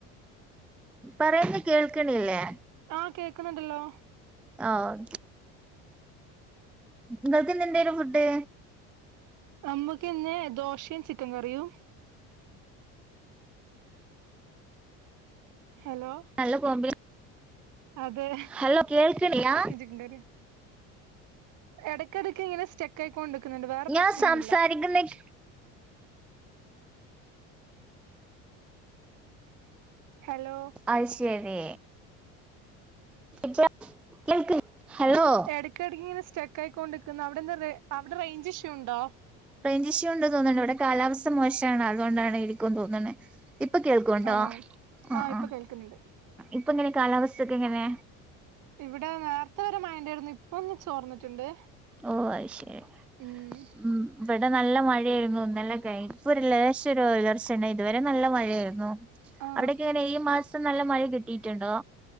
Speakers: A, in the centre; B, on the right.
A: പറയുന്ന് കേൾക്കണില്ലേ?
B: ആഹ കേ ക്കുണു ണ്ടല്ലോ
A: ആഹ് നിങ്ങൾക്ക് ഇന്ന് എന്തെ ന്നു ഫുഡ്?
B: നമ്മുക്ക് ഇന്ന് ദോശീ ചിക്കൻ കറിയും ഹലോ
A: നല്ല കോമ്പി
B: അതെ
A: ഹലോ കേൾക്കണില്ലാ?
B: <unintelligible> എ ടയ്ക്കടയ്ക്ക് ഇങ്ങനെ സ്റ്റെക്ക് ആയി കൊണ്ട് ക്കുണു ണ്ട് വേറെ
A: ഞാൻ
B: പ്രശ്നൊന്നുല്ല
A: <unintelligible>
B: ഹലോ
A: അത് ശരി <unintelligible> കേൾക്കി ഹലോ
B: എ ടയ്ക്കിടയ്ക്ക് ഇങ്ങനെ സ്റ്റെക്ക് ആയിക്കൊണ്ടിക്കുന്ന് അവിടെ എന്ത അവിടെ റേഞ്ച് ഇഷ്യു ഉണ്ടോ?
A: റേഞ്ച് ഇഷ്യൂ ഉണ്ട് തോന്നുന്നു ഇവിടെ കാലാവസ്ഥ മോശാ ണ് അതുകൊണ്ടാണ് ഇരിക്കും തോന്നുണ് ഇപ്പൊ കേൾക്കുംണ്ടോ
B: ആണോ
A: ആ
B: ഇപ്പൊ
A: ആ
B: കേൾക്കുന്നുണ്ട്
A: ഇപ്പൊ എങ്ങനെ കാലാവസ്ഥൊക്കെ എങ്ങനെ
B: ഇവിടെ നേരത്തെ വരെ മഴ ഉണ്ടായിരുന്നു ഇപ്പൊ ന്ന് ചോർന്നിട്ടുണ്ട്
A: ഓ അത് ശെരി
B: ഉം
A: ഉം ഇവിടെ നല്ല മഴായിരുന്നു ഇന്നലെ <unintelligible> ഒരു ലേശം ഒരു ഉയർ ച്ചണ്ട് ഇതുവരെ നല്ല മഴയായിരുന്നു
B: ആ
A: അവിടെ ക്കെ എങ്ങനെ ഈ മാസം നല്ല മഴ കിട്ടിട്ടുണ്ടോ?